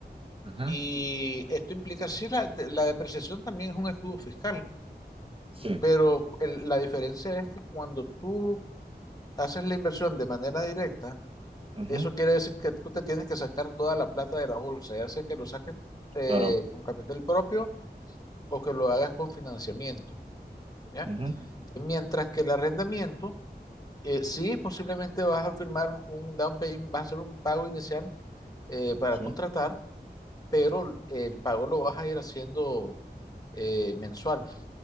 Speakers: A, on the right; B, on the left.
A: ajá,
B: y esto implica, sí, la, la depreciación también es un escudo fiscal,
A: sí,
B: pero el- la diferencia es que cuando tú haces la inversión de manera directa,
A: ajá,
B: eso quiere decir que tú te tienes que sacar toda la plata de la bolsa, ya sea que lo saques eh,
A: claro,
B: con capital propio o que lo hagas con financiamiento, ¿ya?
A: ajá,
B: Mientras que el arrendamiento, eh, sí, posiblemente vas a firmar un down payment, vas a hacer un pago inicial eh, para
A: sí,
B: contratar pero el pago lo vas a ir haciendo eh, mensual,